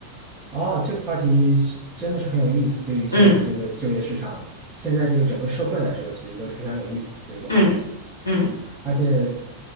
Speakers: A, on the right; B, on the left.
A: 哦，这个话题是真的是很有意思，对于现在的这个就业市场，
B: 嗯
A: 现在这个整个社会来说，其实都是非常有意思的一个话题。
B: 嗯。嗯
A: 而且，